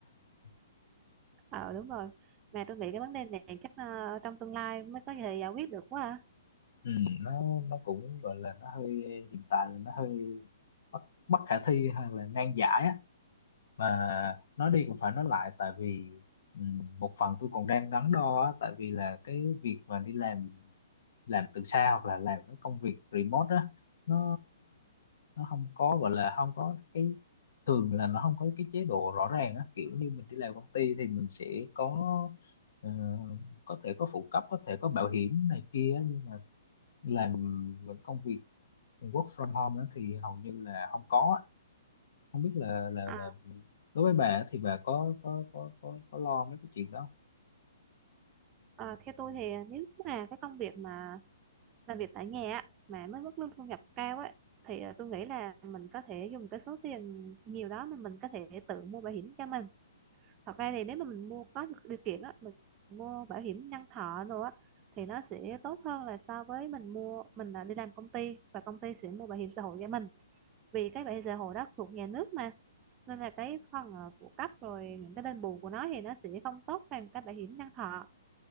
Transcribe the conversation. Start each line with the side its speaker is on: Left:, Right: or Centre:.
Left: <laughs>
Right: ờ đúng rồi mà tôi nghĩ cái vấn đề này chắc ờ, trong tương lai mới có thể giải quyết được quá
Left: ừ, nó nó cũng gọi là nó hơi hiện tại là nó hơi bất bất khả thi hay là ngang giải á mà nói đi cũng phải nói lại tại vì ừm, một phần tôi còn đang đắn đo á, tại vì là cái việc mà đi làm làm từ xa hoặc là làm cái công việc remote á nó nó không có gọi là không có cái thường là nó không có cái chế độ rõ ràng á kiểu như mình đi làm công ty thì mình sẽ có ờ, có thể có phụ cấp có thể có bảo hiểm này kia á, nhưng làm những công việc work from home á thì hầu như là không có á không biết là là
Right: à.
Left: là
Right: À,
Left: đối với bà á thì bà có có có có, có lo mấy cái chuyện đó không?
Right: ờ, theo tôi thì nếu mà cái công việc mà làm việc tại nhà á, mà mới mức lương thu nhập cao ấy thì ờ, tôi nghĩ là mình có thể dùng cái số tiền nhiều đó mà mình có thể tự mua bảo hiểm cho mình thật ra thì nếu mà mình mua có điều kiện á mình mua bảo hiểm nhân thọ rồi á thì nó sẽ tốt hơn là so với mình mua mình là đi làm công ty và công ty sẽ mua bảo hiểm xã hội cho mình vì cái bảo hiểm xã hội đó thuộc nhà nước mà nên là cái phần ờ, phụ cấp rồi những cái đền bù của nó thì nó sẽ không tốt bằng cái bảo hiểm nhân thọ